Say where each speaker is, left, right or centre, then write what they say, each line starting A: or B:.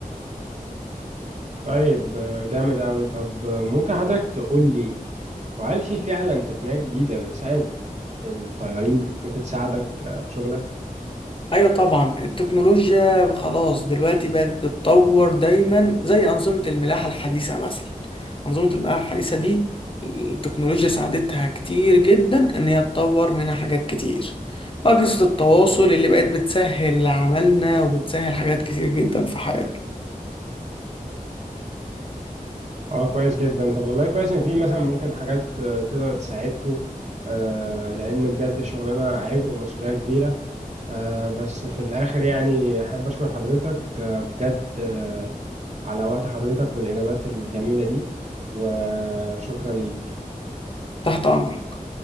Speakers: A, on the right (about 50°); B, on the left (about 35°).
A: طيب آه، جامد قوي طب آه، ممكن حضرتك تقول لي وهل في فعلا تقنيات جديدة بتساعد الطيارين ممكن تساعدك آه، في شغلك
B: ايوه طبعا التكنولوجيا خلاص دلوقتي بقت بتتطور دايما زي انظمه الملاحه الحديثه مثلا انظمه الملاحه الحديثه دي التكنولوجيا ساعدتها كتير جدا ان هي تطور منها حاجات كتير واجهزه التواصل اللي بقت بتسهل عملنا وبتسهل حاجات كتير جدا في حياتنا
A: اه كويس جدا طب والله كويس ان في مثلا ممكن حاجات آه، تقدر تساعدكم لان بجد الشغلانة عبء ومسؤولية كبيرة آه، بس في الآخر يعني أحب أشكر حضرتك آه، بجد آه، على وقت حضرتك والإجابات الجميلة دي وشكرا ليك
B: تحت امرك